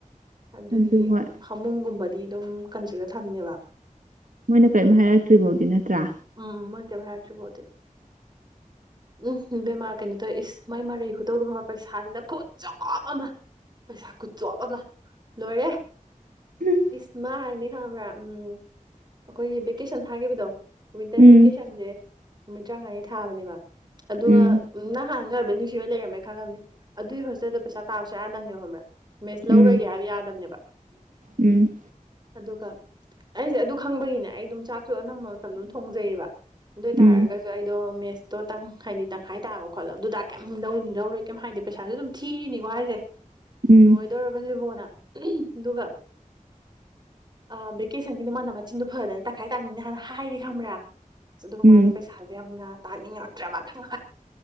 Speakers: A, on the right; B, on the right.
A: ꯑꯗꯨꯒꯤ
B: ꯑꯗꯨ ꯍꯣꯏ
A: ꯐꯃꯨꯡꯒꯨꯝꯕꯗꯤ ꯑꯗꯨꯝ ꯀꯟꯖꯜꯂ ꯊꯝꯅꯦꯕ
B: ꯃꯣꯏꯅ ꯀꯔꯤꯝ ꯍꯥꯏꯔꯛꯇ꯭ꯔꯤ ꯐꯥꯎꯗꯤ ꯅꯠꯇ꯭ꯔꯥ
A: ꯎꯝ ꯃꯣꯏ ꯀꯦꯚꯥꯏꯔꯁꯨꯕꯣꯗꯤ ꯎꯝ ꯕꯦꯃꯥꯔ ꯀꯩꯅꯣ ꯇꯧꯋꯦ ꯏꯁ ꯃꯥꯏ ꯃꯔꯩ ꯍꯨꯇꯧꯗꯣꯡꯕ ꯄꯩꯁꯥꯁꯤꯅ ꯈꯨꯠꯆꯞ ꯑꯃ ꯄꯩꯁꯥ ꯀꯨꯆꯣꯕ ꯑꯃ ꯂꯣꯏꯔꯦ
B: ꯎꯝ
A: ꯏꯁꯃꯥ ꯍꯥꯏꯅꯤ ꯈꯪꯕ꯭ꯔꯥ ꯎꯝ ꯑꯩꯈꯣꯏꯒꯤ ꯚꯦꯀꯦꯁꯟ ꯊꯥꯈꯤꯕꯗꯣ ꯋꯤꯟꯇꯔ
B: ꯎꯝ
A: ꯚꯦꯀꯦꯁꯟꯁꯦ ꯅꯨꯃꯤꯠ ꯇꯔꯥꯉꯥꯅꯤ ꯊꯥꯕꯅꯦꯕ ꯑꯗꯨꯒ
B: ꯎꯝ
A: ꯅꯍꯥꯟ ꯈꯪꯅꯕꯩ ꯅꯨꯡꯁꯤꯕ ꯂꯩꯔꯝꯃꯦꯩ ꯈꯪꯉꯕꯅꯤ ꯑꯗꯨꯒꯤ ꯍꯣꯁꯇꯦꯜꯗꯣ ꯄꯩꯁꯥ ꯇꯥꯕꯁꯨ ꯌꯥꯗꯕꯅꯦꯕꯣꯕ꯭ꯔꯥ ꯃꯦꯁ ꯂꯧꯔꯣꯏꯒꯦ
B: ꯎꯝ
A: ꯍꯥꯏꯕ ꯌꯥꯗꯕꯅꯦꯕ
B: ꯎꯝ
A: ꯑꯗꯨꯒ ꯑꯩꯁꯦ ꯑꯗꯨ ꯈꯪꯕꯒꯤꯅꯦ ꯑꯩ ꯑꯗꯨꯝ ꯆꯥꯛꯁꯨ ꯑꯅꯝꯕ ꯃꯇꯝꯗ ꯑꯗꯨꯝ ꯊꯣꯡꯖꯩꯌꯦꯕ ꯑꯗꯨ ꯑꯣꯏ
B: ꯎꯝ
A: ꯇꯥꯔꯒꯁꯨ ꯑꯩꯗꯣ ꯃꯦꯁ ꯇꯣ ꯇꯪ ꯍꯥꯏꯗꯤ ꯇꯪꯈꯥꯏ ꯇꯥꯕ ꯈꯣꯠꯂꯣ ꯑꯗꯨꯗ ꯀꯩꯝ ꯂꯧꯅꯤ ꯂꯧꯔꯣꯏ ꯀꯩꯝ ꯍꯥꯏꯗꯤ ꯄꯩꯁꯥꯁꯨ ꯑꯗꯨꯝ ꯊꯤꯔꯤꯅꯤꯀꯣ ꯍꯥꯏꯁꯦ
B: ꯎꯝ
A: ꯂꯣꯏꯗꯧꯔꯕ ꯁꯤꯕꯣꯅ ꯑꯗꯨꯒ ꯑ ꯚꯦꯀꯦꯁꯟꯒꯤꯗꯤ ꯃꯥꯅ ꯃꯆꯤꯟꯗꯨ ꯐꯗꯅ ꯇꯥꯈꯥꯏ ꯇꯥꯅꯤꯡꯅꯤ ꯍꯥꯟꯅ ꯍꯥꯏꯔꯤ ꯊ꯭ꯔꯥ ꯑꯗꯨꯒ
B: ꯎꯝ
A: ꯃꯥꯁꯦ ꯄꯩꯁꯥꯁꯦ ꯌꯥꯝꯅ ꯇꯥꯅꯤꯡꯉꯛꯇ꯭ꯔꯕ ꯈꯪ